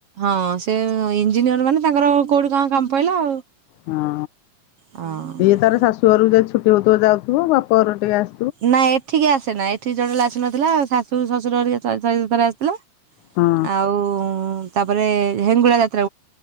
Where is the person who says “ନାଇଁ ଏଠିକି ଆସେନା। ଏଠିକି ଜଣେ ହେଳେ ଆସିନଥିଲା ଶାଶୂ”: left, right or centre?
Right